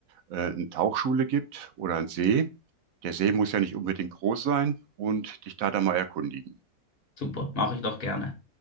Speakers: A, on the right; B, on the left.
A: äh, eine Tauchschule gibt oder einen See. Der See muss ja nicht unbedingt groß sein und dich da dann mal erkundigen.
B: Super, mache ich doch gerne.